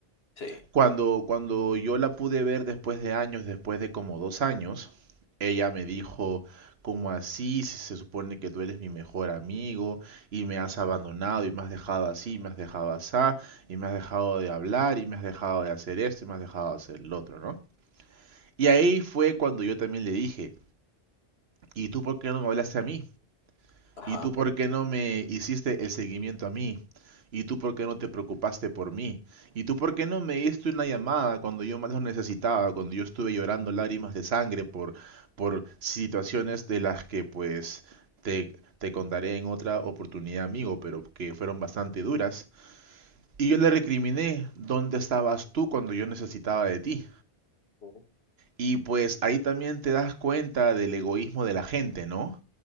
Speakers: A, on the left (about 75°); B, on the right (about 75°).
A: Sí.
B: Cuando, cuando yo la pude ver después de años, después de como dos años, ella me dijo, ¿cómo así? Si se supone que tú eres mi mejor amigo y me has abandonado y me has dejado así, y me has dejado asá, y me has dejado de hablar y me has dejado de hacer esto y me has dejado de hacer lo otro, ¿no? Y ahí fue cuando yo también le dije, ¿y tú por qué no me hablaste a mí?
A: Ajá.
B: ¿Y tú por qué no me hiciste el seguimiento a mí? ¿Y tú por qué no te preocupaste por mí? ¿Y tú por qué no me diste una llamada cuando yo más lo necesitaba, cuando yo estuve llorando lágrimas de sangre por, por situaciones de las que pues te, te contaré en otra oportunidad, amigo, pero que fueron bastante duras? Y yo le recriminé, ¿dónde estabas tú cuando yo necesitaba de ti?
A: ¿no?
B: Y pues ahí también te das cuenta del egoísmo de la gente, ¿no?